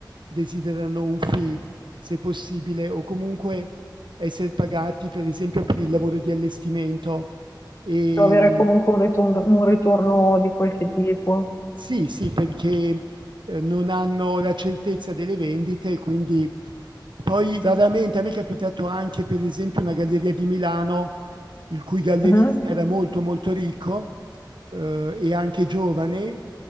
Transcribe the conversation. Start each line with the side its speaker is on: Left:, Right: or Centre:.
Right: desiderano un fee, se possibile, o comunque essere pagati per esempio per il lavoro di allestimento e
Left: Devo avere comunque un ritorno, un ritorno di qualche tipo.
Right: Sì, sì, perché, ehm, non hanno la certezza delle vendite e quindi poi raramente a me è capitato anche, per esempio, una galleria di Milano, il cui gallerista
Left: Mhm.
Right: era molto, molto ricco, uhm, e anche giovane,